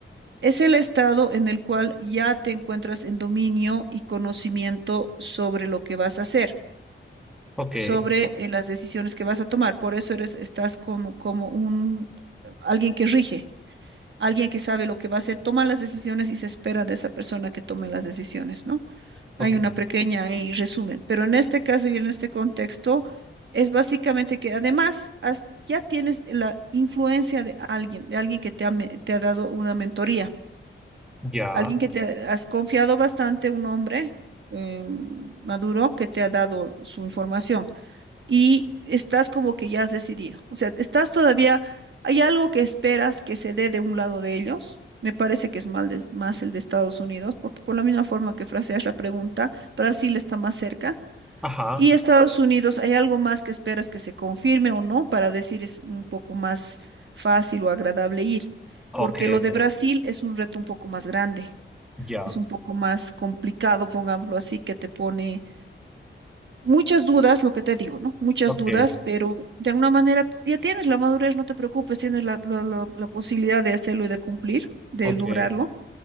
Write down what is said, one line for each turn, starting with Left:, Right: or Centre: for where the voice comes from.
Right: Es el estado en el cual ya te encuentras en dominio y conocimiento sobre lo que vas a hacer,
Centre: Ok,
Right: sobre eh, las decisiones que vas a tomar. Por eso eres, estás como, como un eh, alguien que rige, alguien que sabe lo que va a hacer, toma las decisiones y se espera de esa persona que tome las decisiones, ¿no? Hay
Centre: ok,
Right: una pequeña ahí resumen, pero en este caso y en este contexto es básicamente que además has- ya tienes la influencia de alguien, de alguien que te ha me- te ha dado una mentoría.
Centre: ya,
Right: Alguien que te has confiado bastante, un hombre eh, maduro que te ha dado su información y estás como que ya has decidido. O sea, estás todavía, hay algo que esperas que se dé de un lado de ellos. Me parece que es mal de- más el de Estados Unidos, porque por la misma forma que fraseas la pregunta, Brasil está más cerca.
Centre: ajá,
Right: Y Estados Unidos, ¿hay algo más que esperas que se confirme o no para decir es un poco más fácil o agradable ir?
Centre: ok,
Right: Porque lo de Brasil es un reto un poco más grande
Centre: ya,
Right: es un poco más complicado, pongámoslo así, que te pone muchas dudas, lo que te digo, ¿no? Muchas
Centre: ok,
Right: dudas, pero de alguna manera ya tienes la madurez, no te preocupes, tienes la, la- la- la posibilidad de hacerlo y de cumplir, de
Centre: ok,
Right: lograrlo.